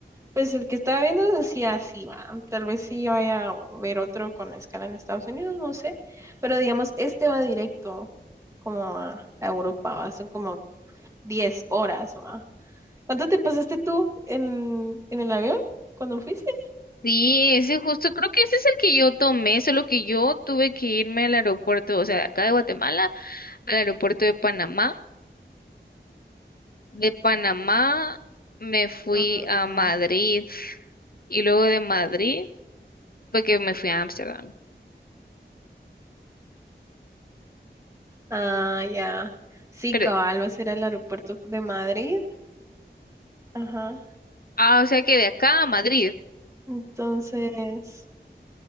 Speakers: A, on the right (about 15°); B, on the left (about 55°).
A: Pues el que estaba viendo decía así, va. Tal vez sí vaya a ver otro con escala en Estados Unidos, no sé. Pero digamos, este va directo como a a Europa, va, Son como 10 horas. ma. ¿Cuánto te pasaste tú en, en el avión cuando fuiste?
B: Sí, ese justo, creo que ese es el que yo tomé, solo que yo tuve que irme al aeropuerto, o sea, de acá de Guatemala, al aeropuerto de Panamá De Panamá me fui
A: Mm,
B: a Madrid y luego de Madrid, porque me fui a Ámsterdam.
A: ah, ya. Sí,
B: Pero,
A: cabal, vas a ir al aeropuerto de Madrid. Ajá.
B: ah, o sea que de acá a Madrid,
A: Entonces,